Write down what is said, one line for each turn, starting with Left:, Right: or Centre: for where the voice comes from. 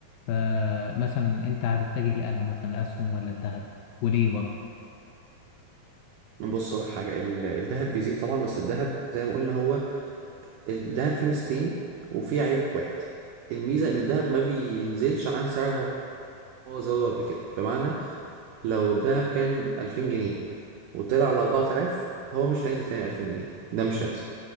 Left: فمثلا انت هتتجه لانه مثلا الاسهم ولا الذهب وليه برضه
Right: بص لك حاجه ال- الذهب بيزيد طبعا بس الذهب زي ما قلنا هو الذهب فيه ميزتين وفيه عيب واحد الميزة إن الذهب ما بينزلش عن سعره هو زود قبل كده بمعنى لو الذهب كان ألفين جنيه وطلع على أربعة آلاف هو مش هينزل تاني ألفين جنيه ده مش هيحصل